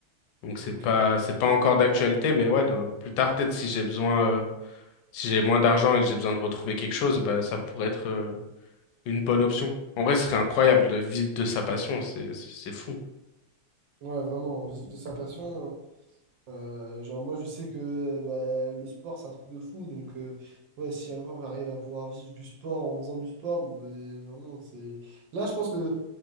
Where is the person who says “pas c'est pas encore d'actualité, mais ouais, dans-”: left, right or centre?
Left